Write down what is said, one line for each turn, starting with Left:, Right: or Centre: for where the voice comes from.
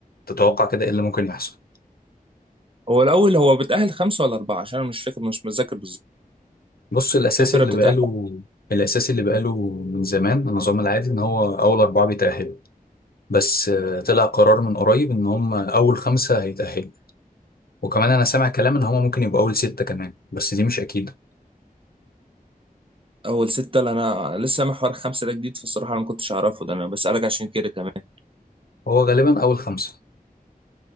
Left: تتوقع كده ايه اللي ممكن يحصل
Right: هو الاول هو بيتاهل خمسه ولا اربعه عشان انا مش فاكر مش متذكر بالظبط
Left: بص الأساسي
Right: كام فرقه
Left: اللي
Right: بتتاهل
Left: بقاله الأساسي اللي بقاله من زمان النظام العادي إن هو أول أربعة بيتأهلوا بس آه، طلع قرار من قريب إن هم أول خمسة هيتأهلوا وكمان انا سامع كلام ان هما ممكن يبقوا اول ستة كمان بس دي مش اكيدة
Right: اول سته لا انا لسه محور خمسه ده جديد فالصراحه انا ما كنتش اعرفه ده انا بسالك عشان كده كمان
Left: هو غالبا اول خمسة